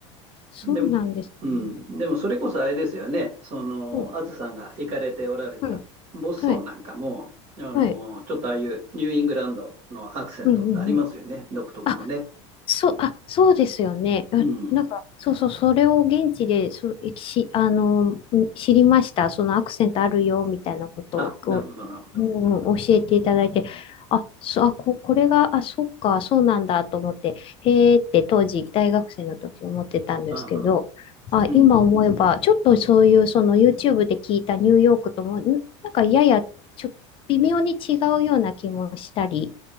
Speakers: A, on the left (about 35°); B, on the right (about 45°).
A: そうなんですね。
B: でも、うん、でもそれこそあれですよね。その、
A: うん、
B: あずさんが行かれておられたボストンなんかも、
A: はい、はい、
B: あの、
A: はい、
B: ちょっとああいうニューイングランドのアクセントってありますよね。
A: うん、うん、うん。
B: 独特のね。
A: あ、そう、あ、そうですよね。あなんか、
B: うん。
A: そうそう、それを現地で、そう、し、あの、ん知りました。そのアクセントあるよ、みたいなことを、
B: あ、
A: こう、
B: なるほど、なるほど。
A: うん教えていただいて、あ、そう、あ、こ、これが、あ、そっか、そうなんだと思って、へーって当時、大学生の時思ってたんですけど、
B: あは
A: あ、
B: うん。
A: 今思えば、ちょっとそういう、その YouTube で聞いたニューヨークとも、んなんかやや、ちょ、微妙に違うような気もしたり、